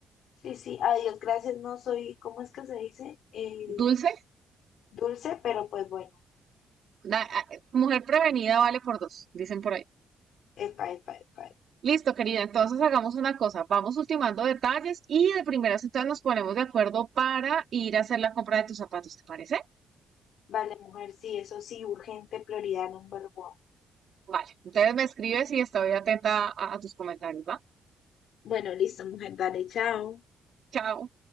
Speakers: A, on the left; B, on the right.
A: Sí, sí, adiós, gracias, no soy, ¿cómo es que se dice? Eh,
B: Dulce,
A: dulce, pero pues bueno.
B: da- ah, eh, mujer prevenida vale por dos, dicen por ahí.
A: Epa, epa, epa. epa.
B: Listo, querida, entonces hagamos una cosa, vamos ultimando detalles y de primeras entonces nos ponemos de acuerdo para ir a hacer la compra de tus zapatos, ¿te parece?
A: Vale, mujer, sí, eso sí, urgente, prioridad number one.
B: Vale, entonces me escribes y estoy atenta a, a tus comentarios, ¿va?
A: Bueno, listo, mujer, dale, chao.
B: Chao.